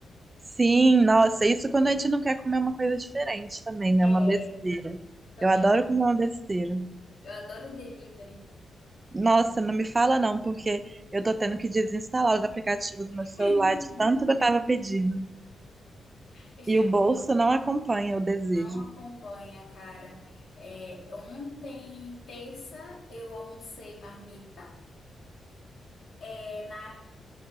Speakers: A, on the right (about 20°); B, on the left (about 50°).
A: Sim, nossa, isso quando a gente não quer comer uma coisa diferente também, né?
B: É,
A: Uma besteira.
B: também,
A: Eu adoro
B: eu,
A: comer uma besteira.
B: eu adoro delivery.
A: Nossa, não me fala não, porque eu tô tendo que desinstalar os aplicativos do
B: <laughs>
A: meu celular de tanto que eu tava pedindo.
B: Deixa
A: E
B: eu
A: o bolso
B: ver.
A: não acompanha o desejo.
B: Não acompanha, cara. É, ontem, terça, eu almocei marmita. É, na,